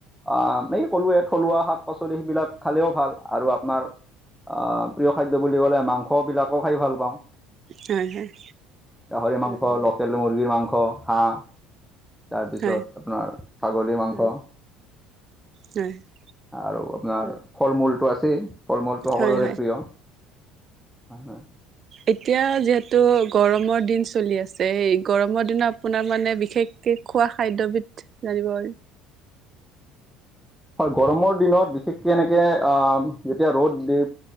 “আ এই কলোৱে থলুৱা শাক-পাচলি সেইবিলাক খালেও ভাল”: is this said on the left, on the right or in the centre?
Centre